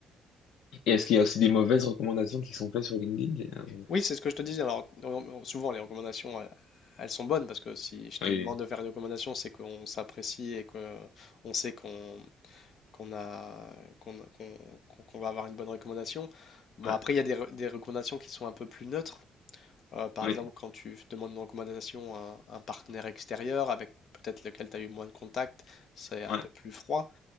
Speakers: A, on the left; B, on the left.
A: Et est-ce qu'il y a aussi des mauvaises recommandations qui sont faites sur LinkedIn? Euh,
B: Oui, c'est ce que je te disais. Alors, on- on- souvent, les recommandations, elles, elles sont bonnes parce que si je te
A: Oui,
B: demande de faire une recommandation, c'est qu'on s'apprécie et qu'on sait qu'on qu'on a, qu'on, qu'on, qu'on- qu'on va avoir une bonne recommandation. Bon,
A: ouais,
B: après, il y a des, re- des recommandations qui sont un peu plus neutres. Euh, par
A: oui,
B: exemple, quand tu f- demandes une recommandation à un, un partenaire extérieur avec peut-être lequel tu as eu moins de contact, c'est un
A: ouais,
B: peu plus froid.